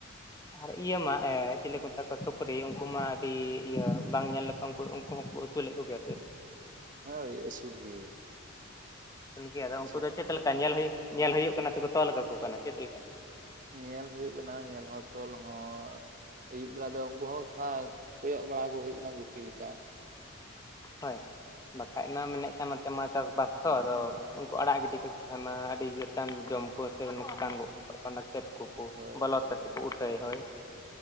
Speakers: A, on the left (about 15°); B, on the right (about 40°).
A: ᱟᱨ ᱤᱭᱟᱹ ᱢᱟ ᱮ ᱪᱮᱞᱤ ᱠᱚ ᱢᱮᱛᱟ ᱠᱚᱣᱟ ᱥᱩᱠᱨᱤ ᱩᱱᱠᱩ ᱢᱟ ᱟᱹᱰᱤ ᱤᱭᱟᱹ ᱵᱟᱝ ᱧᱮᱞ ᱞᱮᱠᱷᱟᱱ ᱩᱱᱠᱩ ᱩᱱᱠᱩ ᱦᱚᱸᱠᱚ ᱩᱛᱩ ᱞᱮ ᱠᱚᱜᱮᱭᱟ ᱯᱮ?
B: ᱦᱳᱭ ᱟᱹᱥᱩᱞ ᱜᱮ᱾
A: ᱠᱟᱱᱠᱮ ᱟᱫᱚ ᱩᱝᱠᱩ
B: ᱟᱹᱥᱩᱞ
A: ᱫᱚ ᱪᱮᱫ
B: ᱜᱮ
A: ᱞᱮᱠᱟ ᱧᱮᱞ ᱦᱩᱭᱩ ᱧᱮᱞ ᱦᱩᱭᱩᱜ ᱠᱟᱱᱟ ᱥᱮᱠᱚ ᱛᱚᱞ ᱠᱟᱠᱚ ᱠᱟᱱᱟ ᱪᱮᱫ ᱞᱮᱠᱟ?
B: ᱧᱮᱞ ᱦᱳᱭᱩᱜ ᱠᱟᱱᱟ ᱧᱮᱞ ᱦᱚᱸ ᱛᱚᱞ ᱦᱚᱸ ᱟᱹᱭᱩᱵ ᱵᱮᱲᱟ ᱫᱚ ᱩᱝᱠᱩ ᱦᱚᱸ ᱛᱷᱚᱲᱟ ᱠᱚᱭᱚᱜ ᱵᱟᱲᱟ ᱟᱠᱳ ᱦᱩᱭᱩᱜ ᱠᱟᱱᱟ ᱜᱩᱯᱤ ᱞᱮᱠᱟ᱾
A: ᱦᱳᱭ ᱵᱟᱠᱷᱟᱡ ᱢᱟ ᱢᱮᱱᱮᱜ ᱠᱟᱱ ᱱᱚᱛᱮ ᱢᱟᱛᱚ ᱵᱟᱠᱛᱚ ᱟᱫᱚ ᱩᱝᱠᱩ ᱟᱲᱟᱜ ᱜᱤᱰᱤ ᱠᱟᱠᱚ ᱠᱷᱟᱱ ᱢᱟ ᱟᱹᱰᱤ ᱪᱮᱛᱟᱱ ᱡᱚᱢ ᱠᱚ ᱥᱮ ᱱᱚᱥᱠᱟᱱ ᱜᱚᱜ ᱠᱟᱜ ᱚᱱᱟ ᱠᱷᱮᱛ ᱠᱩᱠᱩ
B: ᱦᱳᱭ
A: ᱵᱚᱞᱚ
B: ᱦᱳᱭ
A: ᱠᱟᱛᱮ
B: ᱚᱱᱟ
A: ᱠᱚ ᱩᱴᱟᱹᱭᱟ
B: ᱛᱮᱜᱮ
A: ᱦᱳᱭ